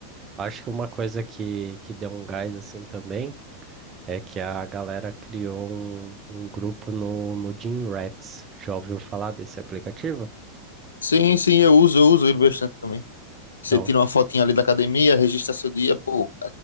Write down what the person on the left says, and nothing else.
Sim, sim, eu uso, eu uso ele bastante também. Você
tira uma fotinha ali da academia, registra seu dia, pô,